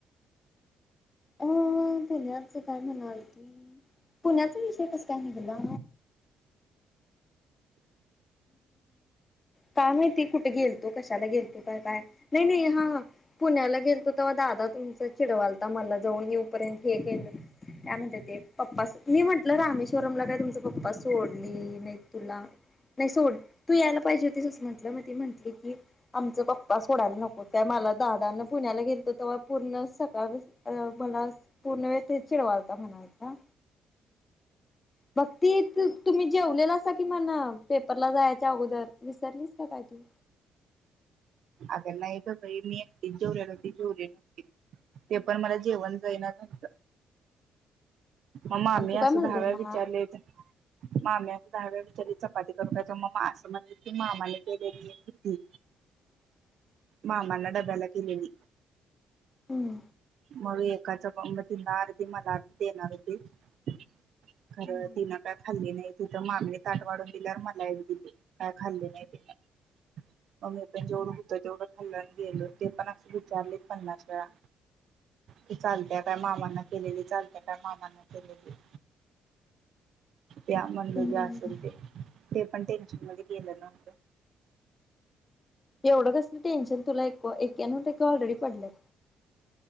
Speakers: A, on the left; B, on the right.
A: अ पुण्याच काय म्हणालती पुण्याचा विषय कस काय निघला? काय माहिती कुठे गेलतो कशाला गेलतो का काय नाही नाही हां पुण्याला गेलतो तेव्हा दादा तुमचा चिडवालता मला जाऊन येऊपर्यंत हे केलं. काय म्हणतात ते पप्पा मी म्हणत तुला रामेश्वरमला काय तुमचा पप्पा सोडली नाही तुला नाही सोड तू यायला पाहिजे ते तसंच म्हटलं मग ती म्हटली की आमचा पप्पा सोडायला नको त्या मला दादान पुण्याला गेलतो तेव्हा पूर्ण सकाळ अ मला पूर्ण वेळ तेच चिडवायलता म्हणालता. भक्ती तुम्ही जेवलेला कि म्हणा पेपरला जायच्या अगोदर विसरला. काय तू
B: अग नाही ग बाई मी एकटीच जेवले नव्हती ती जेवली होती. ते पण मला जेवण जाईना झालंय. मग मामी
A: आणि तू
B: असं
A: काय म्हणलीस
B: दहा वेळा
A: मला
B: विचारलेत. माम्या दहा व्या विचारी चपाती करून त्याच्या मग असं म्हणजे की मामाने केलेली आहे किती.
A: <inaudible>
B: मामांना डब्याला दिलेली
A: हम्म
B: मग एकाचा <unintelligible> तिन अर्धी मला देणार होती खरं
A: हम्म
B: तिन काय खाल्ली नाही तिथं मामीने ताट वाढून दिल्यावर मला एक दिली काय खाल्ली नाही तिला. मग मी पण जेवढं होतं तेवढं खाल्लं आणि गेलो ते पण अस विचारले पन्नास वेळा. ती चालत्या काय मामांना केलेली चालत्या त्या मामांना केलेली. द्या म्हणलं
A: हम्म.
B: जे असेल
A: हम्म
B: ते ते पण टेन्शन मध्ये गेलं नव्हतं.
A: एवढं कसल टेन्शन तुला एक एक्यानव टक्के ऑलरेडी पडल्यात